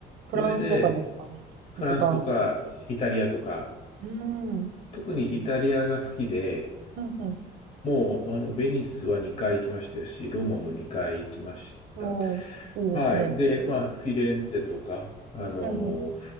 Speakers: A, on the right; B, on the left.
A: フランスとかですかね。
B: それで、フランスとかイタリアとか、
A: 一番。うん。うん。
B: 特にイタリアが好きで、
A: うんうん
B: もう、あの、ベニスは2回行きましたし、ローマも2回行きました。
A: うんおー、いいですね。
B: はい。で、まあ、フィレンツェとか、あの、
A: うんうん。